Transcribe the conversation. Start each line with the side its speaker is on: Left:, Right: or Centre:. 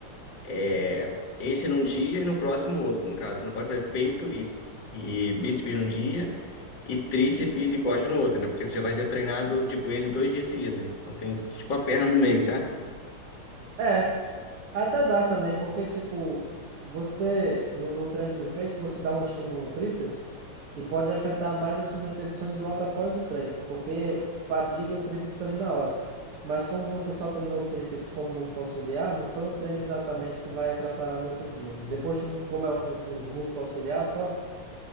Left: é, esse num dia e no próximo outro, no caso. Você não pode fazer peito e, e bíceps num dia e tríceps e coxa no outro, né? Porque você já vai ter treinado, tipo, ele dois dias seguidos. Então tem, tipo, a perna no meio, sabe
Right: É, Até dá também, porque, tipo, você, no, no treino de peito, você dá um estímulo no tríceps e pode afetar mais as suas repetições logo após o treino, porque fadiga o tríceps ali na hora. Mas como você só treinou o tríceps como músculo auxiliar, não foi um treino exatamente que vai atrapalhar no outro dia. Depois, de um- como é um, um músculo auxiliar só,